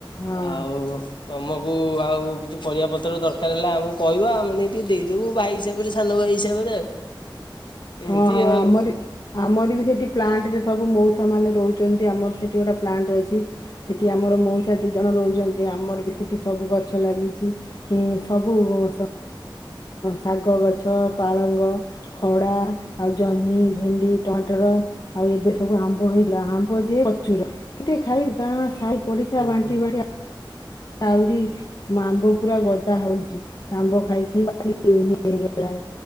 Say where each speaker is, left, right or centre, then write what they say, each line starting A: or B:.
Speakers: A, on the left; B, on the left.
A: ହଁ
B: ଆଉ ତମ? ହ ଆଉ କିଛି ପରିବା ପତ୍ର ଦରକାର ହେଲା ଆମକୁ କହିବ ଆମେ ନେଇ ଟିକେ ଦେଇଦବୁ ଭାଇ ହିସାବରେ ସାନ ଭାଇ ହିସାବରେ ଆଉ
A: ହଁ
B: ଏମିତି
A: ହଁ
B: ଆଉ
A: ଆମ ଆମର ବି ସେଠି ପ୍ଲାଣ୍ଟରେ ସବୁ ମଉସା ମାନ ରହୁଛନ୍ତି ଆମର ସେଠି ଗୋଟେ ପ୍ଲାଣ୍ଟ ଅଛି ସେଠି ଆମର ମଉସା ଦି ଜଣ ରହୁଛନ୍ତି ଆମର ବି ସେଠି ସବୁ ଗଛ ଲାଗିଛି। ଏ-ଏ ସବୁ ସ ଶାଗ ଗଛ, ପାଳଙ୍ଗ, ଖଡା, ଆଉ ଜହ୍ନି, ଭେଣ୍ଡି, ଟମାଟର ଆଉ ଏବେ ସବୁ ଆମ୍ବ ହୋଇଥିଲା। ଆମ୍ବ ଯେ ପ୍ରଚୁର କେତେ ଖାଇବୁ ଗାଁ ସାଇ ପଡିସା
B: ଓହୋ
A: ବାଣ୍ଟି ବା ଆହୁରି ଆମ୍ବ ପୁରା ଗଦା ହଉଛି ଆମ୍ବ ଖାଇଖାଇ ଇ ହେଇଗଲାଣି।